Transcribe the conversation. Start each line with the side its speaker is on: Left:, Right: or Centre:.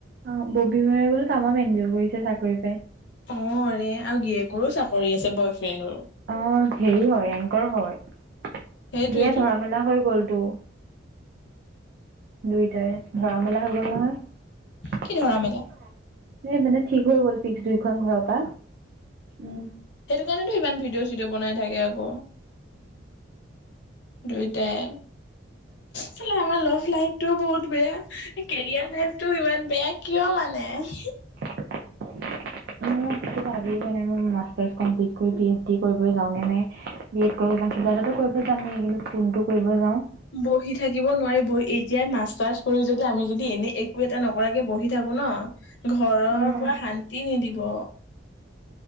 Right: অ ববী ম বোলো তামাম এনজয় কৰিছে চাকৰি পাই।
Left: অ, ৰে আৰু গিয়েকৰো চাকৰি আছে বয় ফ্ৰেণ্ডৰ
Right: অ হেৰি হয় এংকৰ হয়, বিয়া
Left: সেইটোৱেটো
Right: ধৰা মেলা হৈ গলতো। দুইটাৰ ধৰা মেলা হৈ গ'ল নহয়।
Left: কি ধৰা মেলা
Right: সে মানে ঠিক হৈ গ'ল ফিক্স দুইখন ঘৰৰ পৰা উম
Left: কেলেনো ইমান ভিডিঅ'-চিডিঅ' বনাই থাকে আকৌ দুইটাই
Right: অ।
Left: ফালে আমাৰ লাভ লাইফতটোও বহুত বেয়া কেৰিয়াৰ লাইফতটো ইমান বেয়া কিয় মানে। নি।
Right: <unintelligible> <unintelligible> কিবা এটাটো কৰিব যামেই কিন্তু কোনটো কৰিব যাওঁ।
Left: বহি থাকিব নোৱাৰি বহি এতিয়া মাষ্টাৰ্চ কৰি যদি আমি যদি এনে একো এটা নকৰাকে বহি থাকো। ন ঘৰৰ
Right: উম
Left: পৰা শান্তি নিদিব